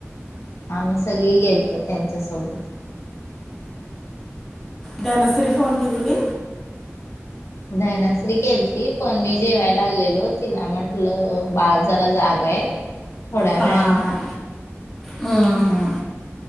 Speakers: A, on the left; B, in the centre.
A: आम्ही सगळी गेलतो त्यांच्या सोबत
B: धनश्री फोन केलेली
A: धनश्री केलती पण मी जेवाय लागलेलो तिला म्हटलं बाळ जरा जाग आहे. थोड्या
B: हां
A: वेळानं
B: हुं हुं